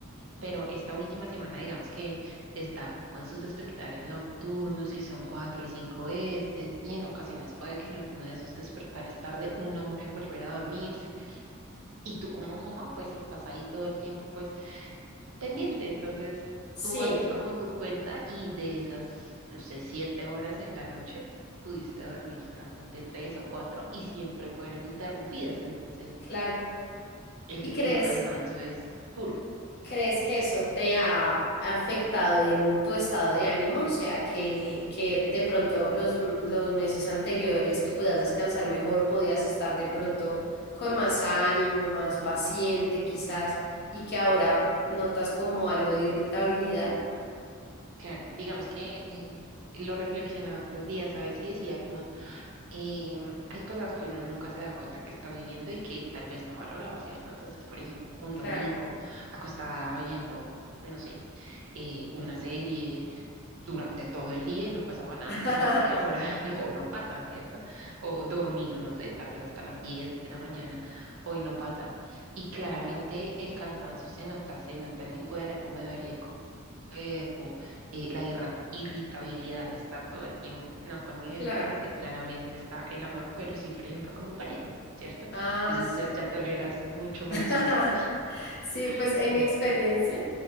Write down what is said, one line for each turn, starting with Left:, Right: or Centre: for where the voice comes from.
Right: pero esta última semana, digamos que está con sus despertares nocturnos y son cuatro y cinco veces, y en ocasiones puede que en uno de esos despertares tarde una hora en volver a dormirse. Y tú como mamá, pues estás ahí todo el tiempo, pues pendiente. Entonces,
Left: Sí,
Right: tú haces como tu cuenta y de esas, no sé, siete horas en la noche, pudiste dormir solamente tres o cuatro y siempre fueron interrumpidas. Entonces,
Left: claro.
Right: el,
Left: ¿Y crees?
Right: el cansancio es puro.
Left: ¿Crees que eso te ha afectado en tu estado de ánimo? O sea, que, que de pronto los, m- los meses anteriores que podías descansar mejor, podías estar de pronto con más ánimo, más paciente quizás, y que ahora notas como algo de irritabilidad.
Right: Claro, digamos que eh, lo reflexionaba estos días, ¿sabes? Y decía como, em, hay cosas que uno nunca se da cuenta que está viviendo y que tal vez no valoraba, ¿cierto? Entonces, por ejemplo, un domingo
Left: Claro,
Right: acostada oyendo, no sé, eh, una serie durante todo el día y no pasaba nada.
Left: <laughs>
Right: Es algo que ahora <laughs> no, no pasa, ¿cierto? O dormir, no sé, tal vez hasta las 10 de la mañana, hoy no pasa. Y claramente el cansancio se nota, se nota en mi cuerpo, me duele el cuerpo, eh, la irra- irritabilidad está todo el tiempo, no con mi bebé,
Left: claro.
Right: porque claramente está el amor, pero sí, por ejemplo, con mi pareja, ¿cierto?
Left: Ah,
Right: Entonces
Left: sí.
Right: ya, ya toleras mucho menos
Left: <laughs>
Right: cosas. <laughs>
Left: Sí, pues en
Right: Eh,
Left: mi experiencia,